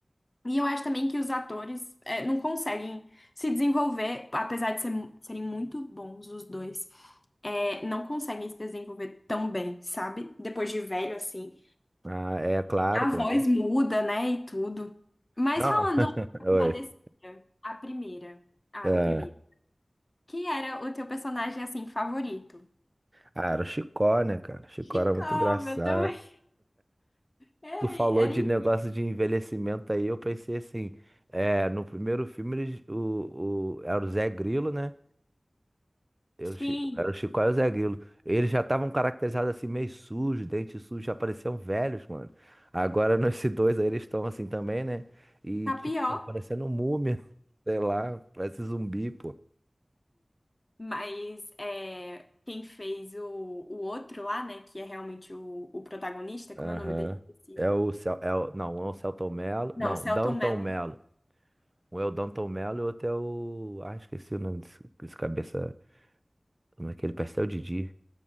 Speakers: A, on the left; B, on the right.
A: E eu acho também que os atores é, não conseguem se desenvolver, apesar de ser- serem muito bons os dois, é, não conseguem se desenvolver tão bem, sabe? Depois de velho, assim.
B: Ah, é, claro,
A: A
B: claro.
A: voz muda, né? E tudo. Mas
B: Não,
A: falando
B: <laughs>
A: Compadecida,
B: oi.
A: a primeira, ah,
B: É.
A: o primeiro. Quem era o teu personagem, assim, favorito?
B: Ah, era o Chicó, né, cara? Chicó
A: Chicó,
B: era muito engraçado.
A: meu também. É,
B: Tu falou
A: era
B: de
A: in-
B: negócio de envelhecimento aí, eu pensei assim, é, no primeiro filme eles, o, o, era o Zé Grilo, né? Era
A: Sim,
B: o Chi- era o Chicó e o Zé Grilo. Eles já estavam caracterizados assim, meio sujos, dente sujo, já pareciam velhos, mano. Agora <laughs> nesse dois aí eles estão assim também, né? E
A: tá
B: tipo,
A: pior,
B: tão parecendo múmia, <laughs> sei lá, parece zumbi, pô.
A: mas é, quem fez o, o outro lá, né, que é realmente o, o protagonista, como
B: Aham.
A: é o nome dele? Esqueci.
B: É o, Cel- é o, não, um é o Celton Mello,
A: Não,
B: não,
A: o Selton
B: Danton
A: Mello.
B: Mello. Um é o Danton Mello e o outro é o. Ah, esqueci o nome desse, desse cabeça. Como é que ele? Pastel Didi.